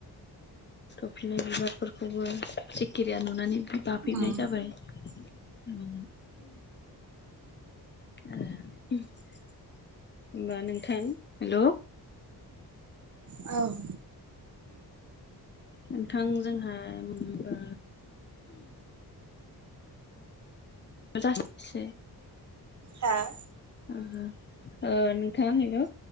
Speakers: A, on the left; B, on the right.
A: थफिनाय बिबारफोरखौबो सिखिरिया नुनानै बाफैनाय
B: उम
A: जाबाय आरो। होनबा नोंथां हेल'
B: औ
A: नोंथां जोंहा उमबा जासे
B: हो
A: ओ औ नोंथां हेल'